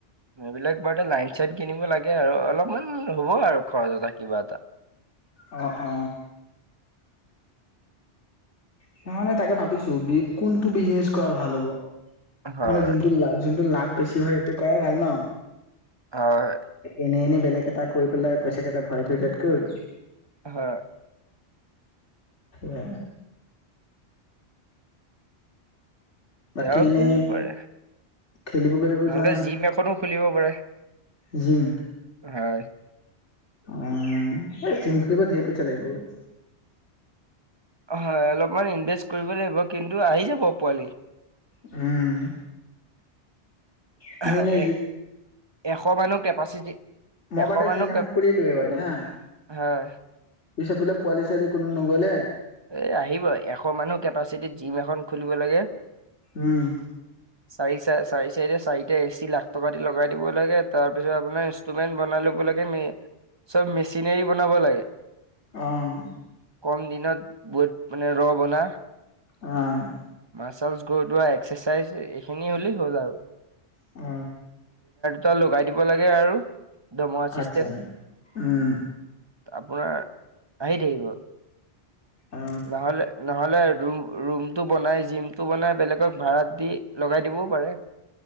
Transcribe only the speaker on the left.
অ', অ, সেইকাৰণে তাকে ভাবিছোঁ বি কোনটো বিজনেচ কৰা ভাল হ'ব।
মানে যোনটো লা যোনটোত লাভ বেছি হয় সেইটো কৰাই ভাল ন'।
এনেই এনে বেলেগ এটা কৰি পেলাই পইচা কেইটা ভৰাই থৈ দিয়াতকৈ।
আহ। বাকী
এনেই
খেলিব খেলিব
যোৱা নাই
জিম।
অ', এই জিম খুলিব ঢেৰ পইচা লাগিবগৈ।
উম।
তুমি এনে
মবটা
জিমনাখন
খুলি লো এবাৰ হা।
পিছেত বোলে পোৱালি চোৱালি কোনো নগ'লে
উম,
অ',
অ',
অ।
আচ্ছা উম
অ